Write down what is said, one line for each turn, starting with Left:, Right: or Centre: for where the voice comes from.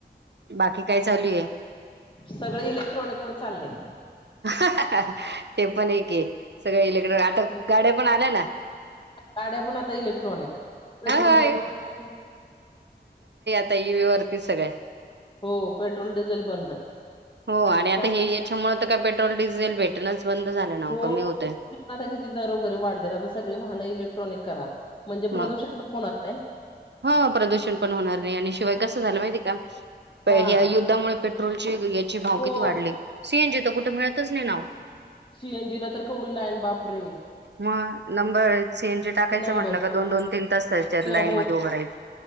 Right: बाकी काय चालू आहे
Left: सगळे इलेक्ट्रॉनिक वर चाललय
Right: हा हा ते पण एके सगळे इलेक्ट्रॉनिक आता
Left: हो
Right: गाड्या पण आल्या ना
Left: गाड्या पण आता इलेक्ट्रॉनिक पेट्रोल
Right: होय
Left: बंद
Right: ई व वरती सगळ्या
Left: हो पेट्रोल डिझेल बंद
Right: हो आणि आता
Left: काय
Right: हे याच्यामुळे तर काय पेट्रोल डिझेल भेटणंच बंद झालं ना
Left: हो
Right: कमी होतं
Left: आता किती दर वगैरे वाढलेत आता सगळी वाहनं इलेक्ट्रॉनिक करा म्हणजे
Right: मग
Left: प्रदूषण पण होणार नाही
Right: हा प्रदूषण पण होणार नाही आणि शिवाय कसं झालं माहितीय का
Left: हा
Right: या युद्धामुळे पेट्रोलचे याचे भाव
Left: हो.
Right: किती वाढले सीएनजी तर कुठे मिळतच नाही नाव
Left: सीएनजी ला तर केवढी लाईन बापरे
Right: मग नंबर सेंजे टाकायचं
Left: नंबर
Right: म्हट आपल्या का दोन दोन, तीन तास
Left: ते
Right: लाईन
Left: हो
Right: मध्ये उभरायच,